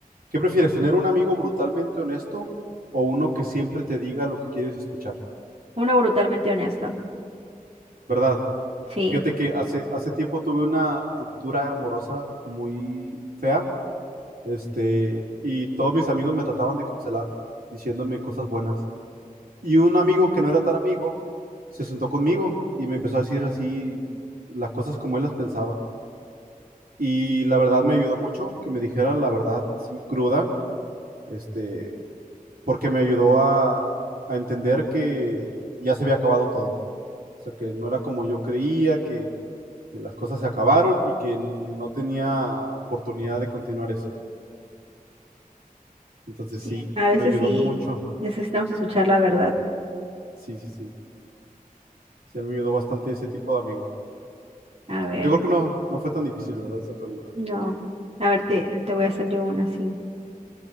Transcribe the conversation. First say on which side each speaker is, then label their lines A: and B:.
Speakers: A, on the right; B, on the right.
A: ¿Qué prefieres, tener un amigo brutalmente honesto o uno que siempre te diga lo que quieres escuchar?
B: Uno brutalmente honesto.
A: ¿Verdad?
B: Sí,
A: Fíjate que hace, hace tiempo tuve una ruptura amorosa muy fea, este, y todos mis amigos me trataban de consolar, diciéndome cosas buenas. Y un amigo que no era tan amigo se sentó conmigo y me empezó a decir así las cosas como él las pensaba. Y la verdad me ayudó mucho que me dijera la verdad así cruda. Este, porque me ayudó a, a entender que ya se había acabado todo. O sea, que no era como yo creía, que, que las cosas se acabaron y que no tenía oportunidad de continuar eso. Entonces
B: sí,
A: sí,
B: a veces
A: me ayudó
B: sí
A: mucho.
B: necesitamos escuchar la verdad.
A: Sí, sí, sí. Sí, me ayudó bastante ese tipo de amigos.
B: A ver,
A: Yo creo que no, no fue tan difícil, ¿verdad? Esa pregunta.
B: no. A ver, te, te voy a hacer yo una así.